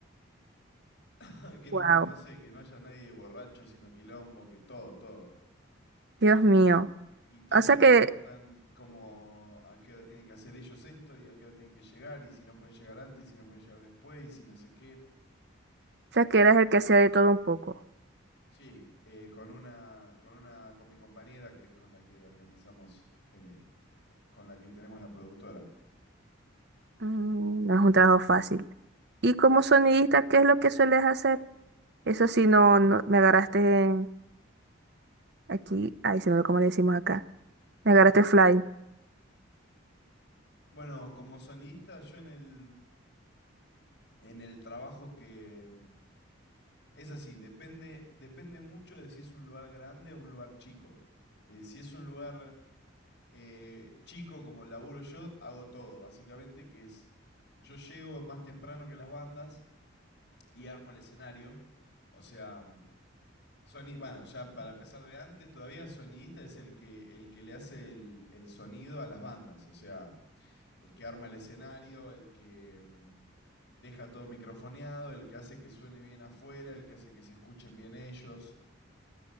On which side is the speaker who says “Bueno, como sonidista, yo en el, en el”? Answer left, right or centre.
Left